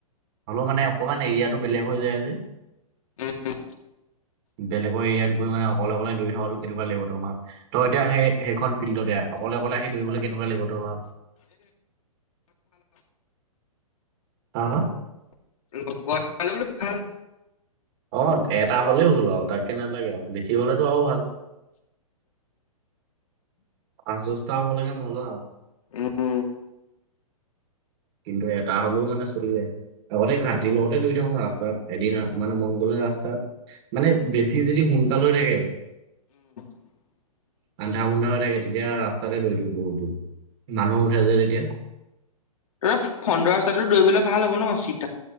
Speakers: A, on the right; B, on the left.
A: মানে অকমান এৰিয়াাতটো বেলেগ হৈ যায় যে।
B: হম হম।
A: বেলেগৰ এৰিয়াত গৈ মানে অকলে অকলে দৌৰি থকাাটো কেনেকোৱা লাগিব তমাৰ তই এতিয়া সেই সেইখন ফিল্ডতে আহ অকলে অকলে সেই দৌৰিব‌‌ নালাগে। কেনেকুৱা লাগিব তই ভাব। হা হা?
B: <unintelligible>
A: অ' এটা হ'লেও হ'ল আৰু তাত কে নালাগে আৰু বেছি। য হলেতো আৰু ভাল। আৰু চুচতা হ'ব লাগে আৰু মজা।
B: উম,
A: কিন্তু এটা হলেও মানে চলি যায়। আগতে ঘাটিৰ লগতে দৌৰি থাকো ৰাস্তাত এদিন মানে মংগোলীয়া ৰাস্তাত মানে বেছি য সোনকাল হৈ থাকে।
B: <inaudible>
A: আন্ধাৰ মুন্ধাৰ হৈ থাকে তেতিয়া ৰাস্তাতে দৌৰি দিম বহুত দূৰ। মানুহ উঠ যে এতিয়া।
B: ত ফন্দৰ ৰাস্তাটো দৌৰিবলৈ ভাল হ'ব ন চি